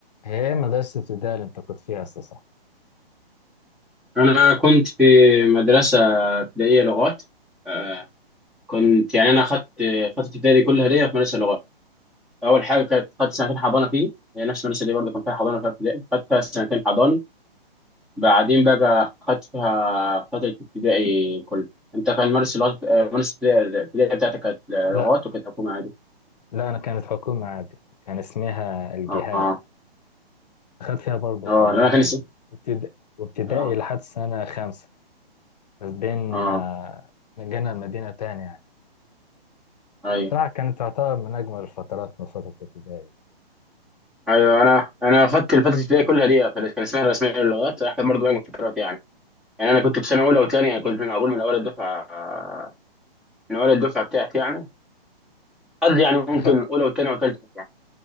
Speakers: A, on the left; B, in the centre.
A: هي مدرسة ابتدائي اللي أنت كنت فيها أساسا صح؟
B: أنا كنت في مدرسة ابتدائية لغات آه، كنت يعني أنا أخدت فترة ابتدائي كلها ليا في مدرسة لغات أول حاجة كانت خدت سنتين حضانة فيه هي نفس المدرسة دي برضه كان فيها حضانة وفيها ابتدائي خدت فيها سنتين حضانة بعدين بقى خدت فيها فترة ابتدائي كلها أنت كان مدرسة لغات آه، مدرسة الابتدائي بتاعتك كانت لغات
A: لا
B: وكانت حكومة عادي
A: لا أنا كانت حكومة عادي كان اسمها الجهاد
B: أه أه
A: أخدت فيها برضه
B: آه،
A: حضانة
B: لا، أنا كان لسه
A: و- وابتدا- وابتدائي
B: أه
A: لحد سنة خامسة بس بين
B: أه
A: آه، نقلنا المدينة تاني يعني
B: أيوه
A: صراحة كانت تعتبر من أجمل الفترات من فترة ابتدائي
B: أيوه أنا أنا أخدت الفترة الابتدائية كلها ليا كان اسمها الرسمية للغات أحسن برضه بقى من فترات يعني يعني انا كنت في سنه اولى وثانيه يعني كنت من اقول من اول الدفعه من اول الدفعه بتاعتي يعني قد يعني ممكن
A: أخدت
B: اولى وثانيه وثالثه يعني